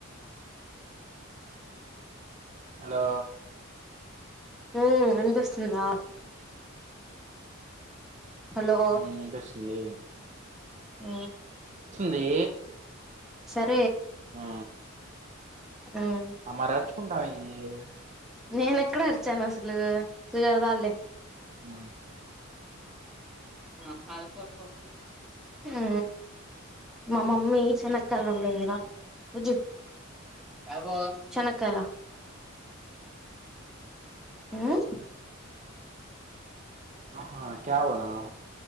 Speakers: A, on the right (about 35°); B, in the centre.
A: హలో.
B: ఉ వినిపిస్తుందా. హలో
A: ఉ వినిపిస్తుంది.
B: ఉ
A: దీ
B: సరే.
A: ఆ
B: మ్మ్
A: అ మరి అర్చకుంటావ్ ఏ అ
B: నేను ఎక్కడ అరిచాను అసలు ఇగ చాల్లే
A: ఆ
B: ఆ పాలకూర పప్పు ఊ మా మమ్మీ చెనక్కయాలు వండింది గా వుజ్జు బ చెనక్కాల ఊం?
A: ఆహా క్యా ఉనా అవు